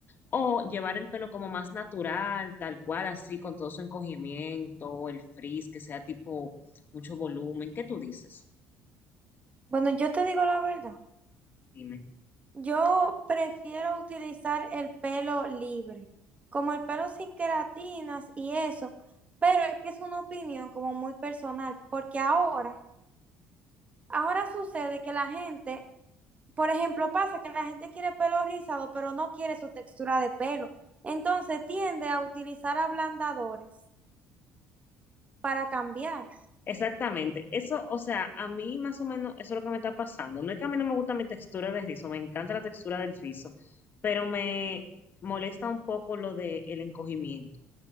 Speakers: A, on the left; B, on the right.
A: ¿O llevar el pelo como más natural, tal cual, así, con todo su encogimiento, el frizz, que sea tipo mucho volumen? ¿Qué tú dices?
B: Bueno, yo te digo la verdad.
A: Dime.
B: Yo prefiero utilizar el pelo libre, como el pelo sin queratinas y eso, pero es que es una opinión como muy personal, porque ahora, ahora sucede que la gente, por ejemplo, pasa que la gente quiere pelo rizado, pero no quiere su textura de pelo. Entonces tiende a utilizar ablandadores para cambiar.
A: Exactamente, eso, o sea, a mí más o menos eso es lo que me está pasando. No es que a mí no me gusta mi textura de rizo, me encanta la textura del rizo, pero me molesta un poco lo del encogimiento.